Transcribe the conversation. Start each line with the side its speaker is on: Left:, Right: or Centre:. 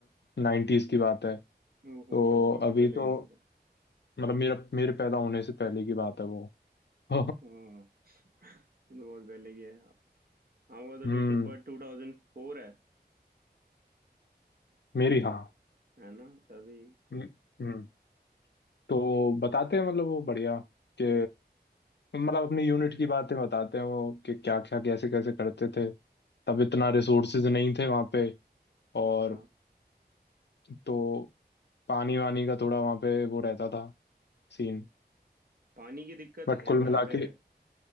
Left: नाइन्टीज की बात है तो
Right: ओहो फिर तो काफी
Left: अभी
Right: पहले
Left: तो
Right: की बात है
Left: मतलब मेरा मेरे पैदा होने से पहले की बात है वो <laughs>
Right: हाँ, वो तो बहुत पहले की है हाँ वो तो
Left: हम्म
Right: डेट ऑफ बर्थ 2004 है
Left: मेरी हाँ
Right: है ना तभी
Left: हम्म हम्म। तो बताते हैं मतलब वो बढ़िया कि मतलब अपनी यूनिट की बातें बताते हैं वो कि क्या क्या कैसे कैसे करते थे तब इतना रिसोर्सेज नहीं थे वहाँ पे और
Right: हाँ हाँ
Left: तो पानी वानी का थोड़ा वहाँ पे वो रहता था सीन
Right: पानी की दिक्कत
Left: बट
Right: है
Left: कुल मिला
Right: वहां पे
Left: के